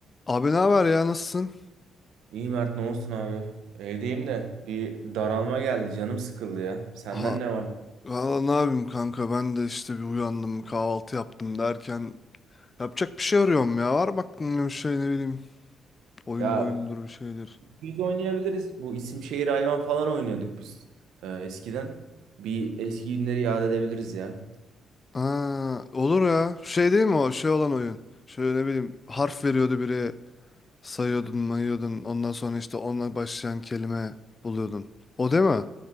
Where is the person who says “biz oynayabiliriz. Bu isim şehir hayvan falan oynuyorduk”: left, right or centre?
Right